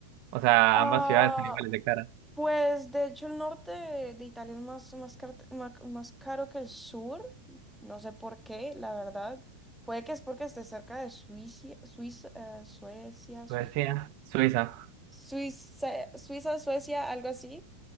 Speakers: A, on the right (about 45°); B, in the centre.
A: O sea,
B: Ah,
A: ambas ciudades son iguales de cara.
B: pues de hecho el norte de, de Italia es más, más, carte- ma- más caro que el sur, no sé por qué, la verdad. Puede que es porque esté cerca de Suiza, Suiza, eh, Suecia,
A: Suecia,
B: Suiza,
A: Suiza,
B: Suiza, Suiza, Suecia, algo así.